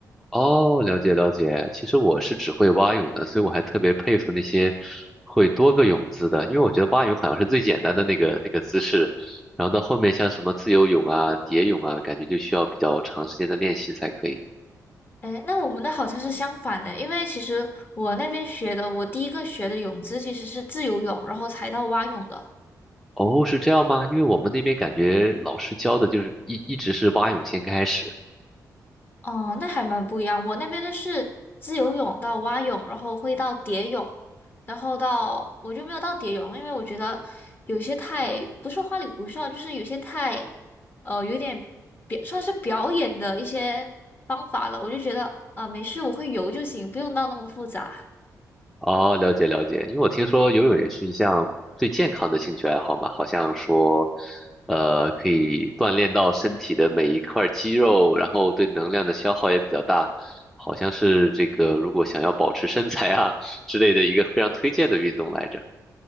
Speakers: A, in the centre; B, on the left.
A: 哦，了解了解。其实我是只会蛙泳的，所以我还特别佩服那些会多个泳姿的，因为我觉得蛙泳好像是最简单的那个那个姿势，然后到后面像什么自由泳啊、蝶泳啊，感觉就需要比较长时间的练习才可以。
B: 哎，那我们的好像是相反的，因为其实我那边学的，我第一个学的泳姿其实是自由泳，然后才到蛙泳的。
A: 哦，是这样吗？因为我们那边感觉老师教的就是一一直是蛙泳先开始。
B: 哦，那还蛮不一样。我那边的是自由泳到蛙泳，然后会到蝶泳，然后到我就没有到蝶泳了因为我觉得有些太不是花里胡哨，就是有些太呃有点表算是表演的一些方法了。我就觉得啊、没事，我会游就行，不用到那么复杂。
A: 哦，了解了解，因为我听说游泳也是一项最健康的兴趣爱好嘛，好像说，呃，可以锻炼到身体的每一块肌肉，然后对能量的消耗也比较大，好像是这个如果想要保持身材啊之类的一个非常推荐的运动来着。